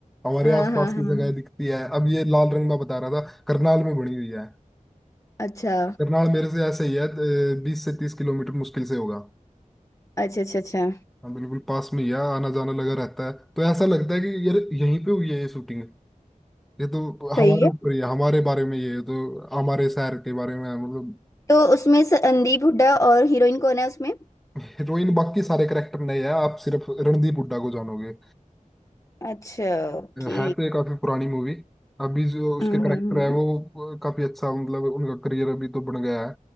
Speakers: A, in the centre; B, on the left.
A: हमारे
B: हाँ
A: आसपास
B: हाँ हाँ
A: की जगह दिखती है अब ये लाल रंग में बता रहा था करनाल में बनी हुई है
B: अच्छा
A: करनाल मेरे से ऐसे ही है बीस से तीस किलोमीटर मुश्किल से होगा
B: अच्छा अच्छा अच्छा
A: हाँ बिल्कुल पास में ही है आना जाना लगा रहता है तो ऐसा लगता है कि यार यहीं पे हुई है ये शूटिंग ये तो हमारे
B: सही है
A: ऊपर ही है हमारे बारे में ये है तो हमारे शहर के बारे में है, मतलब
B: तो उसमें संदीप हुड्डा और हीरोइन कौन है उसमें
A: हीरोइन बाकी सारे करेक्टर नए हैं आप सिर्फ रणदीप हुड्डा को जानोगे
B: अच्छा ओके
A: है तो ये काफी पुरानी मूवी अभी जो उसके
B: हम्म,
A: करेक्टर
B: हम्म, हम्म।
A: है वो काफी अच्छा मतलब उनका करियर अभी तो बन गया है